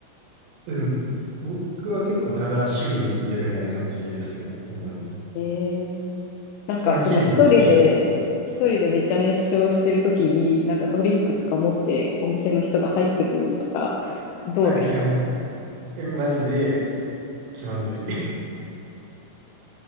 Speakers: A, on the right (about 70°); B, on the left (about 85°).
A: うん。僕は結構ただ趣味で行ってるみたいな感じですね。なのに。
B: ええ。なんかその一人で、
A: 本気じゃない。<laughs>
B: 一人でめっちゃ熱唱してるときに、なんかドリンクとか持ってお店の人が入ってくるのとか、どうですか
A: はいはいはい。え、マジで気まずい。